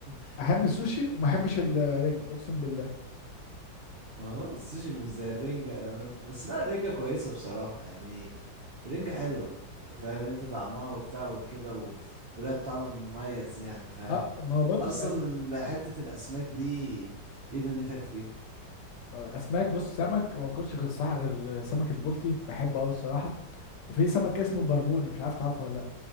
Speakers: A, on the right; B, on the left.
A: <laughs>
B: احب السوشي وما احبش الرنجة اقسم بالله
A: ما هو برضه السوشي مش زي الرنجة يعني برضه بس لا الرنجة كويسة بصراحة يعني الرنجة حلوة فاهم انت طعمها وبتاع وكده و... ولها طعم مميز يعني فاهم
B: اه ما هو برضه
A: اصلا
B: أ-
A: ال- حتة الاسماك دي ايه دنيتك فيها
B: اسماك بص سمك وما باكلش غير الصراحة غير سمك البلطي بحبه قوي الصراحة وفي سمك كده اسمه البربوني مش عارف تعرفه ولا لا